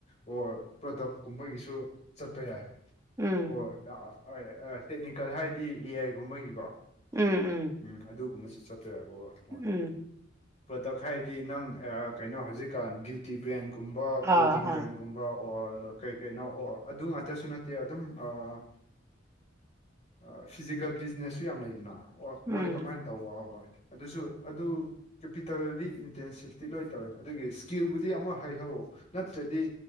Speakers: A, on the left (about 35°); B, on the right (about 15°).
A: ꯑꯣꯔ ꯄ꯭ꯔꯗꯛ ꯀꯨꯝꯕꯒꯤꯁꯨ ꯆꯠꯄ ꯌꯥꯏ
B: ꯎꯝ
A: ꯑꯣꯔ ꯑ ꯑ ꯑꯥꯏ ꯑꯥ ꯇꯦꯛꯅꯤꯀꯦꯜ ꯍꯥꯏꯗꯤ ꯑꯦ ꯑꯥꯏ ꯒꯨꯝꯕꯒꯤꯀꯣ ꯫
B: ꯎꯝ ꯎꯝ
A: ꯎꯝ ꯑꯗꯨꯒꯨꯝꯕꯁꯨ ꯆꯠꯄꯤꯔꯛꯑꯣ ꯫
B: ꯎꯝ
A: ꯄ꯭ꯔꯗꯛ ꯍꯥꯏꯔꯗꯤ ꯅꯪ ꯑꯥ ꯀꯩꯅꯣ ꯍꯧꯖꯤꯛꯀꯥꯟ ꯕ꯭ꯌꯨꯇꯤ ꯕ꯭ꯔꯥꯟꯒꯨꯝꯕ ꯄ꯭ꯔ‌ꯣꯇꯤꯟ
B: ꯑꯥ
A: ꯕ꯭ꯔꯥꯟ
B: ꯑꯥ
A: ꯒꯨꯝꯕ ꯑꯣꯔ ꯀꯩ ꯀꯩꯅꯣ ꯑꯣ ꯑꯗꯨ ꯉꯥꯛꯇꯁꯨ ꯅꯠꯇꯦ ꯑꯗꯨꯝ ꯑꯥ ꯑꯥ ꯐꯤꯖꯤꯀꯦꯜ ꯕꯤꯖꯅꯦꯁꯁꯨ ꯌꯥꯝ ꯂꯩꯗꯅ ꯑꯣ
B: ꯎꯝ
A: ꯃꯣꯏ ꯀꯃꯥꯏꯅ ꯇꯧꯕ ꯍꯣꯏ ꯍꯣꯏ ꯑꯗꯨꯁꯨ ꯑꯗꯨ ꯀ‌ꯦꯄꯤꯇ‌ꯦꯜꯗꯤ ꯏꯟꯇꯦꯟꯁꯤꯐꯇꯤ ꯂꯣꯏ ꯇꯧꯋꯦ ꯑꯗꯨꯒꯤ ꯁ꯭ꯀꯤꯜꯕꯨꯗꯤ ꯑꯃ ꯍꯩꯍꯧ ꯅꯠꯇ꯭ꯔꯗꯤ